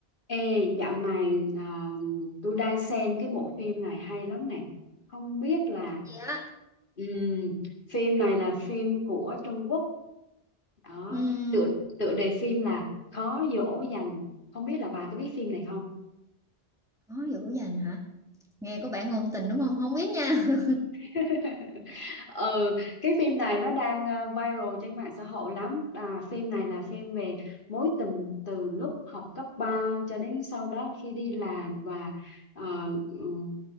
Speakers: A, on the left; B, in the centre.
A: Ê, dạo này à, tôi đang xem cái bộ phim này hay lắm nè. Không biết là
B: Dạ.
A: ừm, phim này là phim của Trung Quốc. Đó,
B: Ừm,
A: tựa tựa đề phim là Khó dỗ dành. Không biết là bà có biết phim này không?
B: khó dỗ dành hả? Nghe có vẻ ngôn tình đúng không? Không biết nha. <laughs>
A: <laughs> ừ cái phim này nó đang ờ, viral trên mạng xã hội lắm à, phim này là phim về mối tình từ lúc học cấp 3 cho đến sau đó khi đi làm và ờ, ừm,